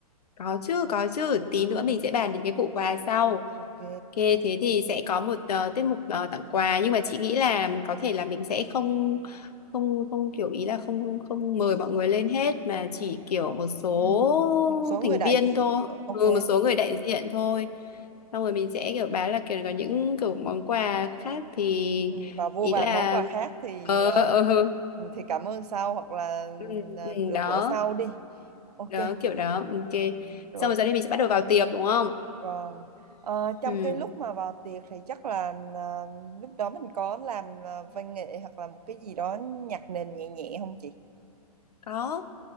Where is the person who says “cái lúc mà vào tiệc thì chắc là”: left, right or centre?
Right